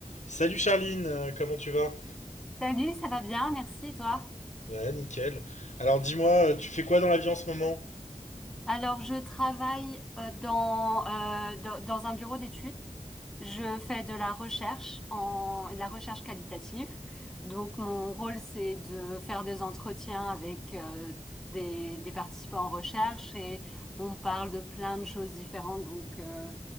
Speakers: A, on the left (about 75°); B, in the centre.
A: Salut Charline, euh, comment tu vas?
B: Salut, ça va bien, merci, et toi?
A: Ouais, nickel. Alors dis-moi, euh, tu fais quoi dans la vie en ce moment?
B: Alors, je travaille euh, dans, euh, dans, dans un bureau d'études. Je fais de la recherche en de la recherche qualitative. Donc, mon rôle, c'est de faire des entretiens avec euh, des, des participants en recherche et on parle de plein de choses différentes. Donc, euh,